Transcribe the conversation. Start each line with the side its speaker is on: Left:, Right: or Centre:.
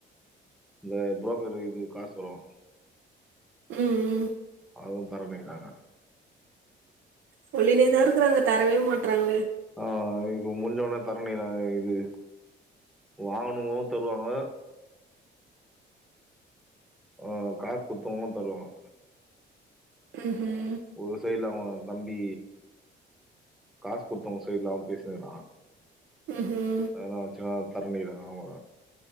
Centre: இந்த புரோக்கரு இது காசு வரு
Right: ம் ம்
Centre: அதுவு தரமைக்கிறாங்க
Right: சொல்லினே தா இருக்கிறாங்க தரவே மாட்டறாங்களே
Centre: ஆ இப்ப முஞ்சொன்னே தரணிக்கறாங்க இது வாங்குனாவங்களு தருவாங்க ஆ காசு குத்தவங்களுக்கு தருவாங்க
Right: ம்ஹும்
Centre: ஒரு செய்டுலா <inaudible> தம்பி காசு குத்தவங்க சைட்ல அவன் பேசனிகிறா
Right: ம்ஹும்
Centre: அதெல்லா ஆக்சுவலா தரணிக்கிறாங்க அவுங்க